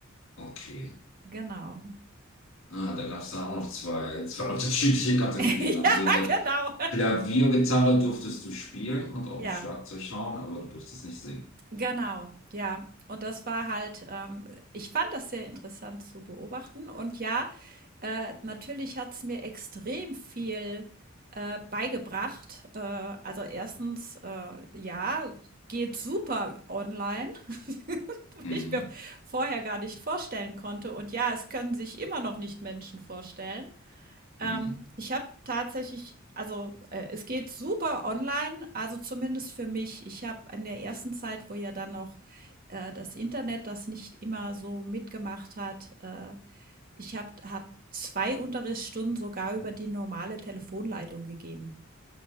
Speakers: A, on the left; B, on the right.
A: okay.
B: genau.
A: Ah, da gab es da auch noch zwei, zwei <laughs> unterschiedliche Kategorien.
B: <laughs>
A: Also
B: Ja,
A: der,
B: genau.
A: Klavier, Gitarre durftest du spielen und auch
B: Ja,
A: im Schlagzeug schauen, aber du durftest nicht singen.
B: genau. Ja. Und das war halt, ähm ich fand das sehr interessant zu beobachten. Und ja, äh, natürlich hat's mir extrem viel, äh, beigebracht. Äh, also, erstens, äh, ja, geht super online, <laughs> was
A: Mhm.
B: ich mir vorher gar nicht vorstellen konnte. Und ja, es können sich immer noch nicht Menschen vorstellen. Ähm,
A: Mhm.
B: ich habe tatsächlich, also äh, es geht super online, also zumindest für mich. Ich habe in der ersten Zeit, wo ja dann noch äh, das Internet das nicht immer so mitgemacht hat, äh, ich habe hab zwei Unterrichtsstunden sogar über die normale Telefonleitung gegeben.